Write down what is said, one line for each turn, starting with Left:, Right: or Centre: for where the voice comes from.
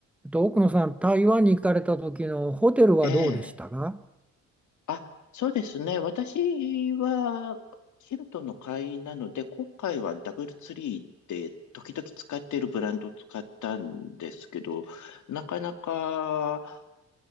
Centre: えっと、奥野さん、台湾に行かれた時のホテルはどうでしたか
Left: ええ。あ、そうですね。私は、ヒルトンの会員なので、今回はダブルツリーって時々使っているブランドを使ったんですけど、なかなか、